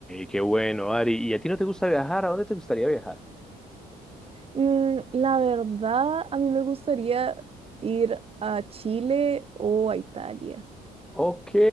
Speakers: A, in the centre; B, on the right.
A: qué bueno, Ari. ¿Y a ti no te gusta viajar? ¿A dónde te gustaría viajar?
B: Mm, la verdad, a mí me gustaría ir a Chile o a Italia.
A: Ok,